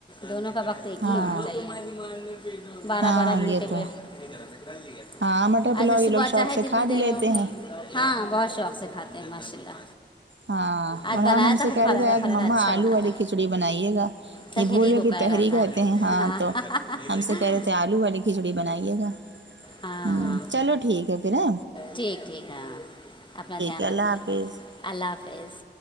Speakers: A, on the left (about 25°); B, on the right (about 75°).
A: دونوں کا وقت ایک
B: ہاں
A: ہی ہونا چاہیے بارہ
B: ہاں
A: بارہ گھنٹے
B: یہ تو
A: پہ نہیںن ک ل ک <unintelligible>
B: ہاں مٹر پلاؤ
A: اچھا
B: یہ
A: صبح
B: لوگ شوق
A: چاہیں
B: سے
A: جتنی
B: کھا
A: دیر
B: بھی لیتے
A: میں اٹھیں
B: ہیں
A: ہاں بہت شوق سے کھاتے ہیں ماشاء اللہ
B: ہاں قرحان
A: آج بنایا
B: ہم
A: تھا
B: سے
A: خوب
B: کہہ
A: فرارا
B: رہے تھے آج
A: فرارا
B: مما
A: اچھا
B: آلو
A: بنا
B: والی
A: تھا
B: کھچڑی بنائیے گا
A: تحری
B: یہ بھولو
A: کو
B: کہ
A: کہہ
B: تحری
A: رہا تھا
B: کہتے ہیں ہاں
A: ہاں
B: تو ہم سے کہہ رہے تھے آلو والی کھچڑی بنائیے گا
A: ہاں
B: ہوں چلو ٹھیک ہے پھر ہ
A: ٹھیک ٹھیک ہاں اپنا دھیان
B: ہے اللہ
A: رکھنا
B: حافظ
A: اللہ حافظ